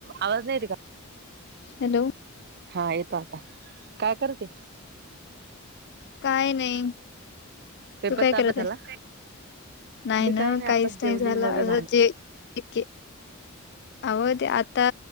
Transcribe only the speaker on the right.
आवाज नाही येत का
हा येतो. काय करते?
पेपरचा
अभ्यास
झाला?
मी
काय
नाही
आताच जेवलीन
वगैरे भांडी